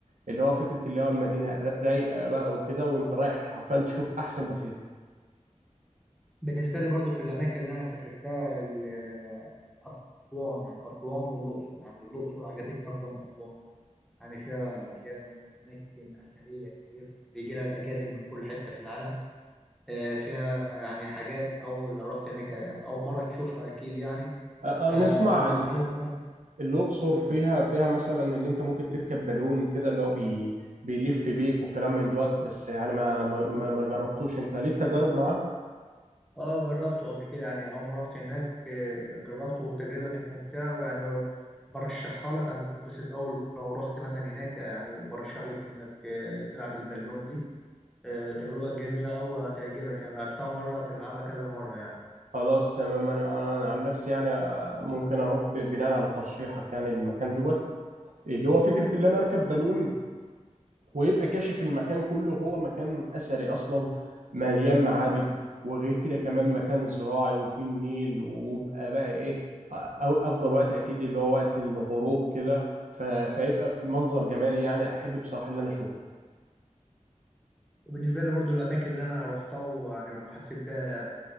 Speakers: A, on the right; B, in the centre.
A: اللي هو فكره اللي هو المدينه رايقه بقى وكده وانت رايح حرفيا تشوف احسن ما فيها
B: بالنسبة لي برضو في الأماكن اللي أنا سافرتها ال- آه، أسوان يعني أسوان والأقصر يعني الأقصر عجبتني أكتر من أسوان يعني فيها فيها أماكن أثرية كتير بيجي لها الأجانب من كل حتة في العالم آه، فيها يعني حاجات أول لو رحت هناك أول مرة تشوفها أكيد يعني
A: أ- نسمع
B: فلو
A: ال-
B: حابب بس
A: الاقصر فيها فيها مثلا اللي انت ممكن تركب بالون كده اللي هو بي بيلف بيك وكلام من دوت بس يعني ما ما ما جربتوش انت ليك تجارب معاه
B: اه جربته قبل كده يعني أول ما رحت هناك آه، جربته والتجربة كانت ممتعة ويعني برشحها لك هتنبسط أول لو رحت مثلا هناك آه، يعني برشح لك إنك آه، تلعب البالون دي آه، تجربة جميلة أوي هتعجبك يعني لعبتها مرة هتلعبها كذا مرة يعني.
A: خلاص تمام انا انا أنا عن نفسي يعني آه، ممكن اروح ب- بناء على ترشيحك يعني المكان دوت اللي هو فكره ان انا اركب بالون ويبقى كاشف المكان كله هو مكان اثري اصلا مليان معابد وغير كده كمان مكان زراعي وفيه النيل ويبقى بقى ايه آه، أو افضل وقت اكيد اللي هو وقت الغروب كده ف- فيبقى في منظر جمالي يعني احب بصراحه اللي انا اشوفه
B: وبالنسبة لي برضو الأماكن اللي أنا روحتها ويعني وحسيت بيها